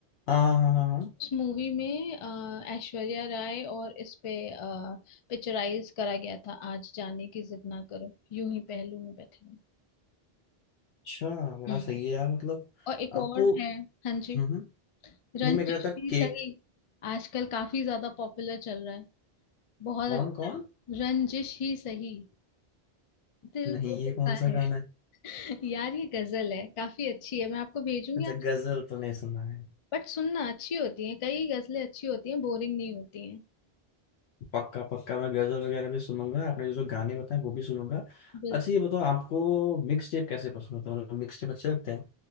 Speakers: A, on the left (about 80°); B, on the left (about 55°).
A: हाँ हाँ हाँ हाँ हाँ
B: उस मूवी में अ, ऐश्वर्या राय और इस पे पिक्चराइज करा गया था आज जाने की जिद ना करो यूं ही पहलू में बैठे रहो
A: अच्छा बड़ा
B: हम्म
A: सही है यार मतलब
B: और एक
A: आपको
B: और है हाँ जी
A: हम्म हम्म।
B: रंजिश
A: नहीं मैं कह रहा था
B: ही
A: केक
B: सही आजकल काफी ज्यादा पॉपुलर चल रहा है बहुत
A: कौन
B: अच्छा
A: कौन
B: है रंजिश ही सही दिल
A: नहीं
B: तो
A: ये
B: दुखा
A: कौन सा
B: है
A: गाना है
B: <laughs> यार ये गजल है काफी अच्छी है मैं आपको भेजूंगी
A: अच्छा
B: आप
A: गजल तो नहीं सुना है
B: बट सुनना अच्छी होती है कई गजलें अच्छी होती हैं बोरिंग नहीं होती
A: पक्का पक्का मैं गजल वगैरह भी सुनूंगा आपने जो जो गाने बताए वो भी सुनूंगा
B: हैं
A: अच्छा ये बताओ आपको मिक्स टेप कैसे पसंद होता है मतलब मिक्स टेप अच्छे लगते हैं